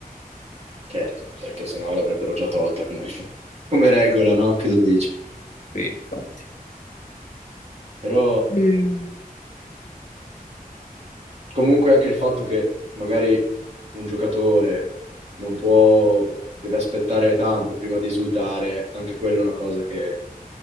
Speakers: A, on the right; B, on the left.
A: Certo, perché sennò l'avrebbero già tolta come, <laughs> come regola, no? Che lo dici?
B: Sì, infatti.
A: Però
B: Eh,
A: Comunque anche il fatto che magari un giocatore non può, deve aspettare tanto prima di esultare, anche quella è una cosa che